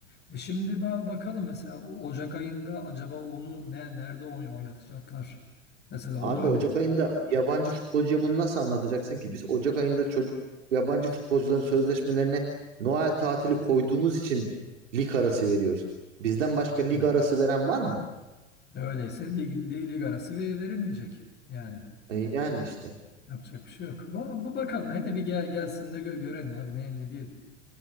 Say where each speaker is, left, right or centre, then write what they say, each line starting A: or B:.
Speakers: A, on the left (about 30°); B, on the right (about 75°).
A: E şimdi ba- bakalım mesela o- Ocak ayında acaba onu ne nerede oyn- oynatacaklar? Mesela o
B: Abi
A: da önemli.
B: Ocak ayında yabancı futbolcuya bunu nasıl anlatacaksın ki? Biz Ocak ayında çocuk yabancı futbolcuların sözleşmelerine Noel tatili koyduğumuz için lig arası veriyoruz. Bizden başka lig
A: Evet.
B: arası veren var mı?
A: Öyleyse lig, li- lig arası ve verilmeyecek. Yani
B: E yani işte.
A: yapacak bir şey yok. Ba ba- bakalım hele bir gel gelsin de gö- görelim abi ne ne diyelim.